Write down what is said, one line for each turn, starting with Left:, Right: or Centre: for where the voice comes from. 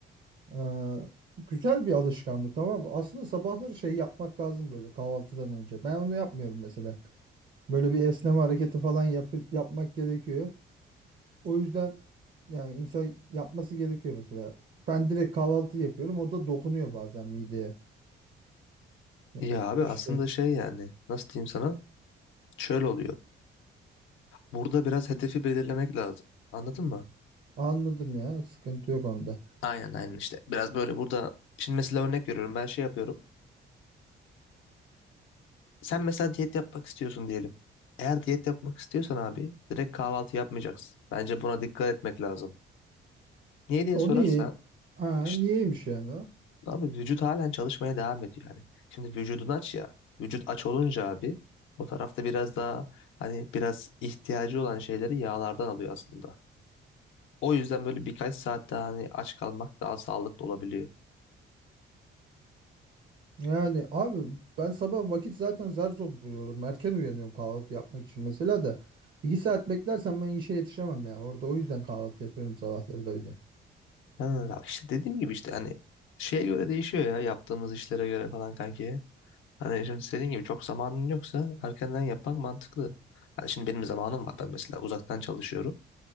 Right: Ee, güzel bir alışkanlık tamam mı? Aslında sabahları şey yapmak lazım böyle kahvaltıdan önce. Ben onu yapmıyorum mesela. Böyle bir esneme hareketi falan yapı- yapmak gerekiyor. O yüzden yani insan yapması gerekiyor mesela. Ben direkt kahvaltı yapıyorum. O da dokunuyor bazen mideye. Ya,
Left: Ya abi
Right: İşte
Left: aslında şey yani nasıl diyeyim sana? Şöyle oluyor. Burada biraz hedefi belirlemek lazım. Anladın mı?
Right: anladım ya. Sıkıntı yok onda.
Left: Aynen aynen işte. Biraz böyle burada şimdi mesela örnek veriyorum. Ben şey yapıyorum. Sen mesela diyet yapmak istiyorsun diyelim. Eğer diyet yapmak istiyorsan abi direkt kahvaltı yapmayacaksın. Bence buna dikkat etmek lazım. Niye diye
Right: O
Left: sorarsan
Right: niye? Aa,
Left: işte
Right: niyeymiş yani o?
Left: abi vücut halen çalışmaya devam ediyor yani. Şimdi vücudun aç ya. Vücut aç olunca abi o tarafta biraz daha hani biraz ihtiyacı olan şeyleri yağlardan alıyor aslında. O yüzden böyle birkaç saat daha hani aç kalmak daha sağlıklı olabiliyor.
Right: Yani abi ben sabah vakit zaten zar zor buluyorum. Erken uyanıyorum kahvaltı yapmak için mesela da. iki saat beklersem ben işe yetişemem ya. Orada o yüzden kahvaltı yapıyorum sabahları da bir de.
Left: Ha, bak işte dediğim gibi işte hani şeye göre değişiyor ya yaptığımız işlere göre falan kanki. Hani şimdi senin gibi çok zamanın yoksa erkenden yapmak mantıklı. Hani şimdi benim zamanım var ben mesela uzaktan çalışıyorum.